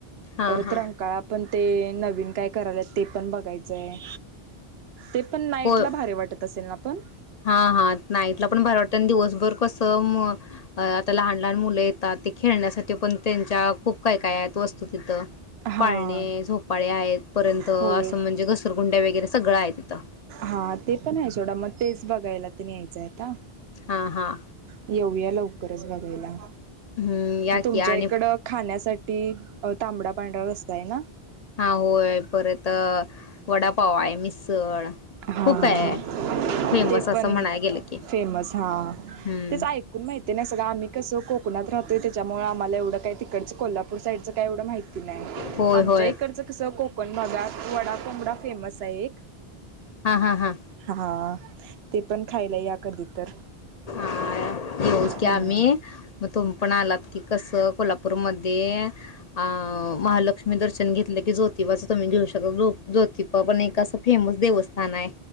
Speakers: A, on the left (about 50°); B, on the right (about 75°).
A: हा
B: परत
A: हा
B: रांकाळा आपण ते नवीन काय कराल्यात ते पण बघायचंय. ते पण नाईट
A: हो
B: ला भारी वाटत असेल ना पण.
A: हा हा नाईटला पण भारी वाटतय आणि दिव दिवसभर कसं मग <unintelligible> लहान लहान मुलं येतात ते खेळण्यासाठी पण त्यांच्या खूप काय काय आहेत वस्तू तिथं.
B: हा
A: पाळणे, झोपाळे आहेत पर्यंत असं
B: होय
A: म्हणजे घसरगुंड्या वगैरे सगळं आहेत ति <unintelligible>
B: हां ते पण आहे सोडा मग तेच बघायला त न्यायचं आहे आता.
A: हां हां.
B: येऊया लवकरच बघायला.
A: हम्म या
B: तुमच्याइकडं
A: की आणि
B: खाण्यासा ठी तांबडा पांढरा रस्सा आहे ना?
A: हां होय परत वडापाव आहे मिसळ
B: हा
A: खूप आहे फेमस
B: ते
A: असं
B: पण
A: म्हणाय गेलं की
B: फेमस हा
A: हम्म.
B: तेच ऐकून माहिती नाही <unintelligible> आम्ही कसं कोकणात राहतोय त्याच्यामुळं आम्हाला एवढं काय तिकडचं कोल्हापूर साईडचं काय एवढं माहि ती नाही
A: होय
B: आमच्या
A: होय
B: इकडचं कसं कोकण भाग आहे वडा कोंबडा फेमस आहे <inaudible>
A: हां हां हां.
B: हा ते पण खायला या कधी तर.
A: हां येऊच की
B: हम्म
A: आम्ही मग तुम्ही पण आलात की कसं कोल्हापूरमध्ये अ महालक्ष्मी दर्शन घेतलं की ज्योतिबाचं तुम्ही घेऊ <unintelligible> जो ज्योतिबा पण एक असं फेमस देवस्थान आहे.